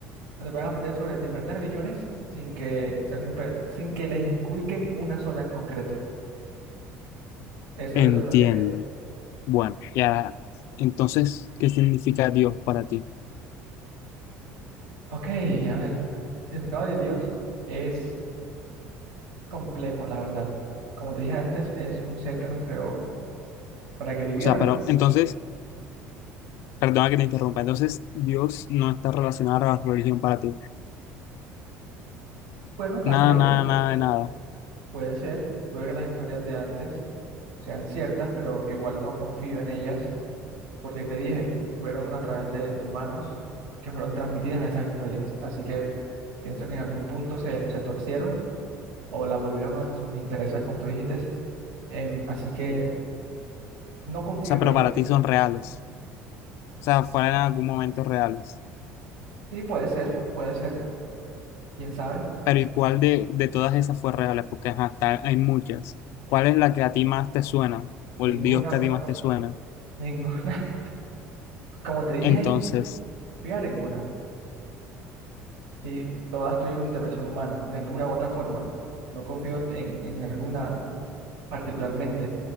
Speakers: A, on the right; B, on the left.
A: donde puedan aprender sobre diferentes religiones sin que, sean impe- sin que les inculquen una sola en concreto. Eso,
B: Entiendo.
A: eso es lo que haría.
B: Bueno, ya. Entonces, ¿qué significa Dios para ti?
A: Ok, a ver, el significado de Dios es complejo, la verdad. Como te dije antes, es un ser que nos creó para que viviéramos.
B: O sea, pero entonces, perdona que te interrumpa. Entonces, Dios no está relacionado a la religión para ti.
A: Bueno, tal
B: Nada,
A: vez,
B: nada, nada de nada. O
A: puede ser, puede que las historias de antes sean ciertas, pero igual no confío en ellas porque te dije, fueron a través de, de humanos que fueron transmitidas esas historias. Así que pienso que en algún punto se, se torcieron o las volvieron a sus intereses, como tú dijiste. em, así que no confío
B: sea,
A: en
B: pero
A: ella.
B: para ti son reales. O sea, fueron en algún momento reales.
A: Y puede ser, puede ser, quién sabe.
B: Pero ¿y cuál de, de todas esas fue real? Porque ajá, está- hay muchas. ¿Cuál es la que a ti más te suena? O
A: Ninguna
B: el Dios que
A: me
B: a ti más
A: suena,
B: te suena.
A: <laughs> ninguna. Como te dije,
B: Entonces,
A: fiar en una. Si todas tuvieron intervención humana, de alguna u otra forma. No confío en, en alguna particularmente.